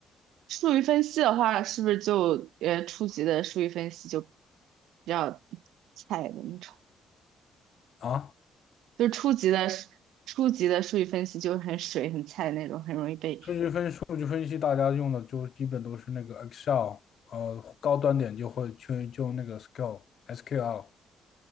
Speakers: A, on the right; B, on the left.
A: 数据分析的话，是不是就呃初级的数据分析就比较菜的那种？
B: 啊。
A: 就是初级的初级的数据分析就很水很菜的那种，很容易被
B: 数据分数据分析，大家用的就基本都是那个 Excel，呃，高端点就会去就用那个 SQL、SQL、